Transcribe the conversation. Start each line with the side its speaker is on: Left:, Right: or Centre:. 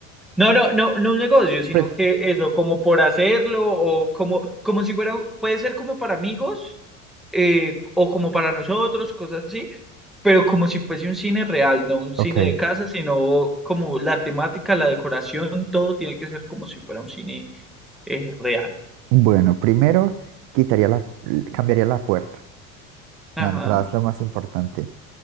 Centre: No, no, no, no un negocio, sino
Right: Pues,
Centre: que eso, como por hacerlo, o como, como si fuera, puede ser como para amigos, eh, o como para nosotros, cosas así, pero como si fuese un cine real, no un cine
Right: ok.
Centre: de casa, sino como la temática, la decoración, todo tiene que ser como si fuera un cine eh, real.
Right: Bueno, primero quitaría la, cambiaría la puerta.
Centre: Ajá,
Right: La entrada es lo más importante.